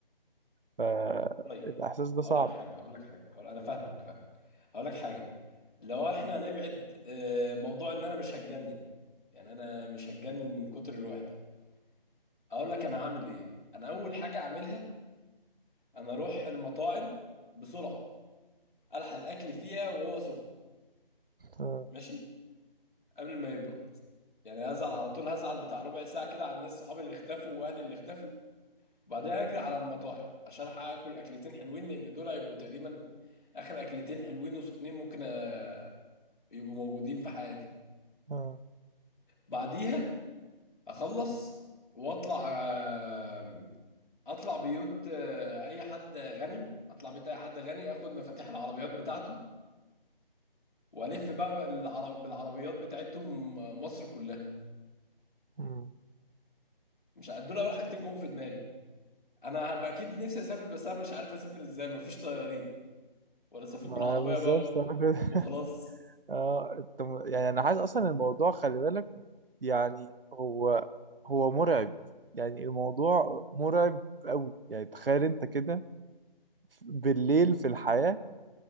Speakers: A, on the right; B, on the left.
A: فالاحساس
B: طيب
A: ده صعب
B: هقول لك حاجه هقول لك حاجه هقول... انا فاهمك فاهم هقول لك حاجه لو احنا هنبعد آه، موضوع ان انا مش هتجنن يعني انا مش هتجنن من كتر الوحده اقول لك انا هعمل ايه انا اول حاجه اعملها انا اروح المطاعم بسرعه الحق الاكل فيها وهو سخن
A: اه
B: ماشي قبل ما يبرد يعني هزعل على طول هزعل بتاع ربع ساعه كده على الناس صحابي اللي اختفوا واهلي اللي اختفوا بعدين اجري على المطاعم عشان الحق اكل اكلتين حلوين لان دول هيبقوا تقريبا اخر اكلتين حلوين وسخنين ممكن آه، يبقوا موجودين في حياتي
A: اه
B: بعديها اخلص واطلع آه، اطلع بيوت آه، اي حد غني اطلع بيت اي حد غني اخد مفاتيح العربيات بتاعته والف بقى بالعرب... بالعربيات بتاعتهم آه، مصر كلها
A: مم.
B: مش ه- دول اول حاجتين جم في دماغي انا هبقى اكيد نفسي اسافر بس انا مش عارف اسافر ازاي مفيش طيارين ولا اسافر
A: ما
B: بالعربيه
A: بالظبط
B: بقى و-
A: انا
B: <laughs>
A: كده
B: وخلاص
A: اه انت م- يعني انا عايز اصلا الموضوع خلي بالك يعني هو هو مرعب يعني الموضوع مرعب قوي يعني تخيل انت كده بالليل في الحياة